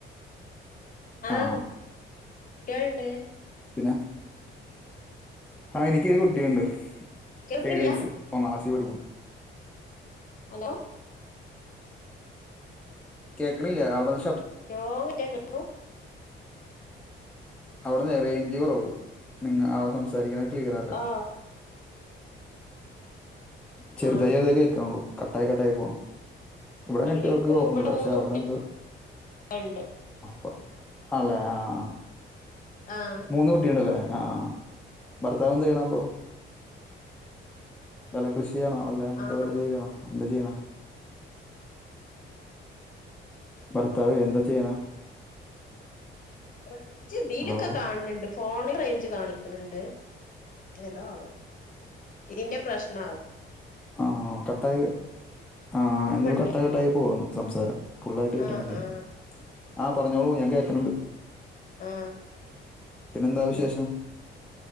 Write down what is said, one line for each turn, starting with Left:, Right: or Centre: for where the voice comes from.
Left: ആഹ്
Centre: ആ ആ
Left: കുട്ടികളിണ്ട്
Centre: പിന്നെ ആഹ് എനിക്കൊരു കുട്ടിയുണ്ട്
Left: കേൾക്കില്ല
Centre: ഏഴു വയസ്സ് ഒന്നാം ക്ലാസ്സി പഠിക്കണ്
Left: ഹലോ
Centre: കേൾക്കണില്ലേ അവിടെന്ന്
Left: ലോ കിട്ടാ കിട്ടും
Centre: അവിടെ റെയനേഞ്ചച് കുറവ് നിങ്ങ അവ സംസാരിക്കുന്നത് ക്ലിയർ അല്ല
Left: ആ
Centre: ചെറുതായി
Left: ആ
Centre: കേൾക്കുണുള്ളൂ കട്ടായി കട്ടായി പോകണം ഇവിടെ നെറ്റ്വർക്ക്
Left: എനിക്ക്
Centre: കുഴപ്പല്ല
Left: ഇവിടെ
Centre: പക്ഷെ
Left: മൂന്ന്
Centre: അവിടെ ഴ എന്താ
Left: കുട്ടികളുണ്ട്
Centre: കുഴപ്പേ ആല്ലെ ആഹ
Left: ആഹ്
Centre: മൂന്ന് കുട്ടിയുണ്ടല്ലേ ആ ഭർത്താവ് എന്ത ചെയ്യണം അപ്പോൾ വില കൃഷിയാണോ അല്ലെ അങ്ങനത്തെ
Left: ആ
Centre: വല്ല ജോലിയാണോ എന്താ ചെയ്യണ ഭർത്താവേ എന്താ ചെയ്യണ
Left: റേഞ്ച് ഇതിലൊക്കെ
Centre: ഹലോ
Left: കാണിണക്ണ്ട് ഫോണ റേഞ്ച് കാണിക്കണണ്ട് എന്തോ ആവോ ഇതിന്റെ പ്രശ്നവും
Centre: ആഹ് കട്ടായി ആഹ്
Left: അത്
Centre: എന്തോ
Left: വടില്ല
Centre: കട്ടകട്ടായി പോകുന്നു സംസാരം ഫുുള്ളായിട്ട് കിട്ടണല്ലേ
Left: ആ ആ
Centre: ആഹ് പറഞ്ഞോളൂ ഞാൻ കേൾക്ക്ണ്ട്
Left: ആ
Centre: പിന്നെന്താ
Left: പിന്നെ
Centre: വിശേഷം